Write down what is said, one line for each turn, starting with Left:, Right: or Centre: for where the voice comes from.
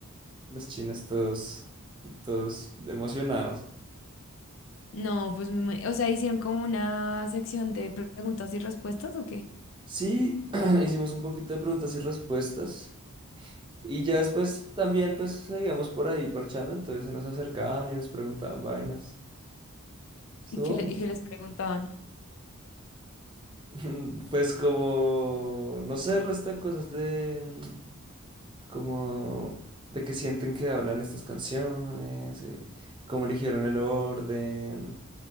Right: los chinos todos, todos emocionados.
Left: No, pues me ima- o sea, hicieron como una sección de preguntas y respuestas ¿o qué?
Right: Sí, <clears throat> hicimos un poquito de preguntas y respuestas y ya después también pues seguíamos por ahí parchando, entonces se nos acercaban y nos preguntaban vainas. Estuvo
Left: ¿Y qué,
Right: bonito.
Left: le- y qué les preguntaban?
Right: <laughs> Pues como, no sé, resto de cosas de mm, como de que sienten que hablan estas canciones, eh, cómo eligieron el orden.